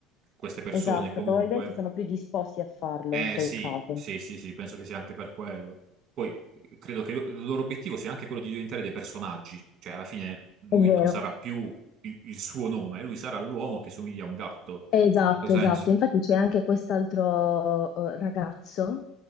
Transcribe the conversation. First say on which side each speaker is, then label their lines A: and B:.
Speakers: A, on the right; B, on the left.
A: queste persone
B: Esatto,
A: comunque,
B: probabilmente sono più disposti a farlo
A: eh
B: in quel
A: sì,
B: caso.
A: sì, sì, sì, penso che sia anche per quello. Poi eh, credo che lo- il loro obiettivo sia anche quello di diventare dei personaggi, cioè alla fine lui
B: È vero,
A: non sarà più il il suo nome, lui sarà l'uomo che somiglia a un gatto,
B: esatto,
A: in un certo senso.
B: esatto. Infatti c'è anche quest'altro eh, ragazzo